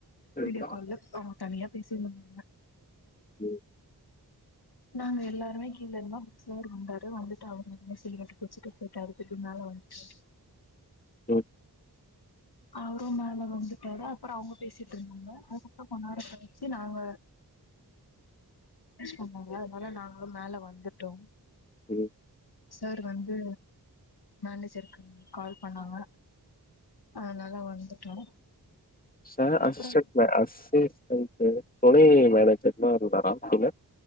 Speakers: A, on the left (about 20°); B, on the left (about 70°).
A: ம்
B: வீடியோ கால்ல ஆ தனியா பேசியினுருந்தாங்க.
A: உம் <inaudible>
B: நாங்க எல்லாருமே கீழ இருந்த அப்ற சார் வந்தாரு வந்துட்டு அவ என்ன செய்யலுக்குச்சுட்டு போட்டாரு திருப்பி மேல வந்துடாரு
A: ஹு
B: அவரும் மேல வந்துட்டாரு அப்புறம் அவங்க பேசிட்டு இருந்தாங்க அதுக்கப்புறம் கொன்னர நாங்க சொன்னாங்க அதனால நாங்களும் மேல வந்துட்டோம்.
A: ம்
B: சார் வந்து மேனேஜருக்கு கால் பண்ணாங்க. அதுனால வந்துட்டோ
A: ச அசிச்டன்ட்ல
B: அப்றோ
A: அசி <unintelligible> மேனேஜர்னா <unintelligible> இல்ல